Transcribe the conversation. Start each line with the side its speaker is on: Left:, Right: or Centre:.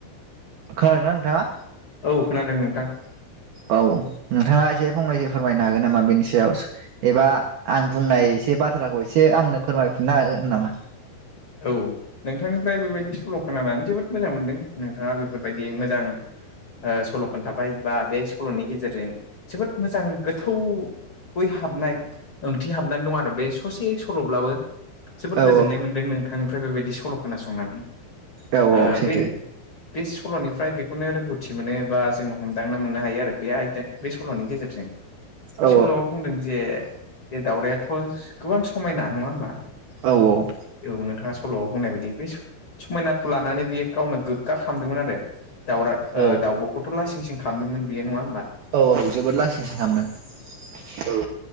Right: खोनादोंना नोंथाङा?
Left: औ खोनादों नोंथां।
Right: औ नोंथाङा एसे फंनैसो फोरमायनो हागोन नामा बेनि सायाव एबा आं बुंनाय एसे बाथ्राखौ एसे आंनो फोरमायफिननो हागोन नामा?
Left: औ नोंथांनिफ्राय बेबायदि सल खोनानानै जोबोद मोजां मोनदों नोंथाङा बेफोरबायदि मोजां ओ सल' खोन्थाबाय बा बे सल'नि गेजेरजों जोबोद मोजां गोथौ बै हाबनाय ओंथि हाबनानै दं आरो बे ससे सल'ब्लाबो। जोबोद
Right: औ
Left: गोजोननाय मोनदों नोंथांनिफ्राय बेबायदि सल खोनासंनानै
Right: औ
Left: ओ
Right: औ सैथो
Left: बे बे सलनिफ्राय बेखौनो रोंगौथि मोनो बा जोङो हमदांना मोननो हायो आरो बे आयदा बे सलनि गेजेरजों बे
Right: औ
Left: सल'आव बुंदों जे जे दावरायथ गोबां समायना नङा होमबा
Right: औ औ।
Left: औ नोंथाङा सल' बुंनाय बायदि बे समायनाखौ लानानै बेयो गावनो गोग्गा खालामदोंमोन आरो दाउरा ओ
Right: औ
Left: दाउबखौथ लासिं सिं खालामदोंमोन बेयो नङा होमबा?
Right: औ औ जोबोद लासिंसिं खामदों औ।